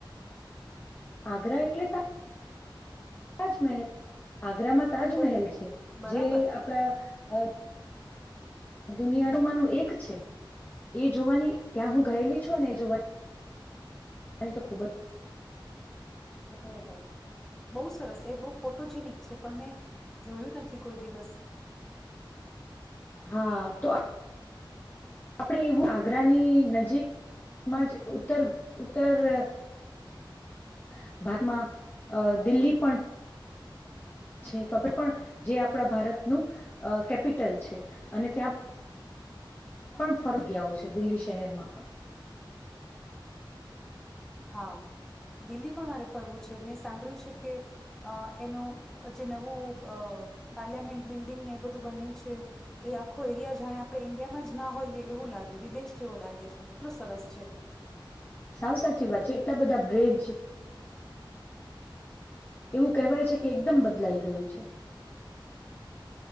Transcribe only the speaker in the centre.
ઓ
બરાબર
ઓહ બહુ સરસ! એ બહુ ફોટોજેનિક છે, પણ મેં જોયું નથી કોઈ દિવસ.
હા દિલ્હી પણ મારે ફરવું છે. મેં સાંભળ્યું છે, કે એનું જે નવું પાર્લામેન્ટ બિલ્ડિંગને એ બધું બન્યું છે. એ આખો એરિયા જાણે આપણે ઈન્ડિયામાં જ ના હોઈએ એવું લાગે વિદેશ જેવો લાગે છે. એટલો સરસ છે.